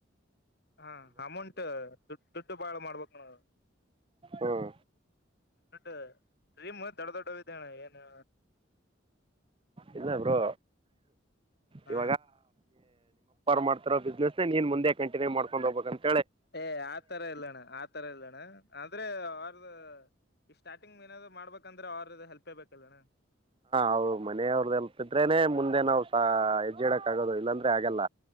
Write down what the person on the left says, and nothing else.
ಹಾ ಅಮೌಂಟ್ ದುಡ್ ದುಡ್ಡು ಬಾಳ ಮಾಡ್ಬೇಕು ನ
ದಡ್ಡ ಡ್ರೀಮ್ ದೊಡ್ಡ ದೊಡ್ಡವಿದ್ದವೆ ಏನು
ಹಾ
ಏ ಆತರ ಇಲ್ಲಣ್ಣ ಆತರ ಇಲ್ಲಣ್ಣ ಅಂದ್ರೆ ಅವಾರ್ದ ಈ ಸ್ಟಾರ್ಟಿಂಗ್ ಏನಾದ್ ಮಾಡ್ಬೇಕಂದ್ರೆ ಅವ್ರ್ದ ಹೆಲ್ಪ್ ಬೇಕಲ್ಲಣ್ಣ